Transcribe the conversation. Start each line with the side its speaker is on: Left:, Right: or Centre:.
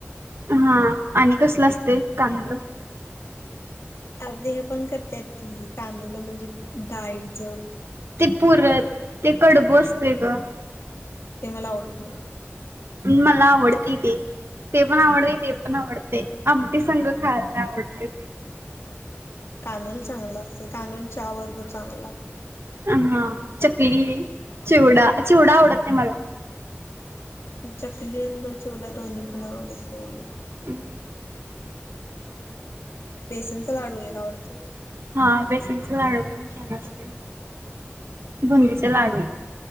Right: हा, आणि कसलं असतय कानूल?
Left: अर्धे हे पण करत्यात की, कानूल म्हणजे, डाळीच.
Right: ते पुरन, ते कडबु असतेय ग.
Left: ते मला आवडत नाही.
Right: मला आवडतय ते. ते पण आवडतय, ते पण आवडतय, आमटी संघ खायला आवडतय.
Left: कानूल चांगल लागतय, कानूल चहा बरोबर चांगल लागतय.
Right: हा, चकली, चिवडा, चिवडा आवडत नाही मला
Left: चकली आणि चिवडा, दोन्ही पण आवडत नाही लई.
Right: हम्.
Left: बेसनचा लाडू एक आवडतोय.
Right: हा, बेसनच लाडू पण छान असतय, बंदीच लाडू